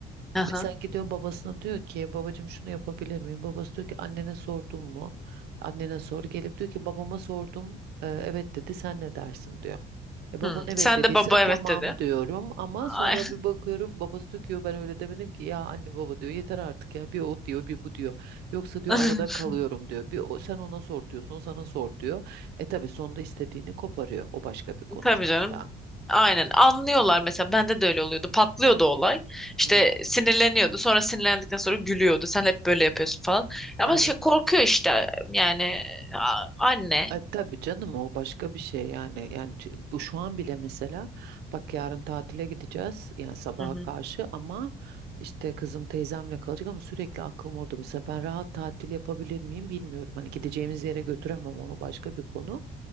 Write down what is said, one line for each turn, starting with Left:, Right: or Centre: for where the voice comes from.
Centre: Aha.
Right: Mesela gidiyor babasına diyor ki babacığım şunu yapabilir miyim? Babası diyor ki annene sordun mu? Annene sor. Gelip diyor ki babama sordum. Ee, evet dedi sen ne dersin diyor. E baban
Centre: Hmm.
Right: evet
Centre: Sen
Right: dediyse
Centre: de baba evet
Right: tamam
Centre: dedi.
Right: diyorum ama
Centre: Ay.
Right: sonra bir bakıyorum babası diyor ki "Yo, ben öyle demedim ki ya anne baba diyor yeter artık ya bir o diyor bir bu diyor. Yoksa diyor
Centre: <laughs>
Right: arada kalıyorum diyor. Bir o, sen ona sor diyorsun o sana sor diyor. E tabii sonunda istediğini koparıyor. O başka bir konu
Centre: Tabii
Right: zaten.
Centre: canım. Aynen anlıyorlar mesela bende de öyle oluyordu patlıyordu olay İşte
Right: Hmm,
Centre: sinirleniyordu sonra sinirlendikten sonra gülüyordu sen hep böyle yapıyorsun falan ama
Right: evet.
Centre: şey korkuyor işte yani a- anne
Right: E tabii canım o başka bir şey yani. Yani c- bu şu an bile mesela bak yarın tatile gideceğiz yani sabaha
Centre: Hı hı.
Right: karşı ama işte kızım teyzemle kalacak ama sürekli aklım orada. Mesela ben rahat tatil yapabilir miyim bilmiyorum. Hani gideceğimiz yere götüremem onu başka bir konu.